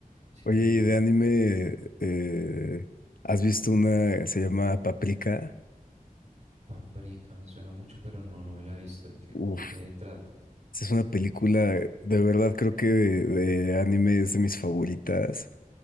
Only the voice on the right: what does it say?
Siento
yo
que
la
Paprika me suena mucho, pero no, no me la he visto. ¿De qué,
de qué trata?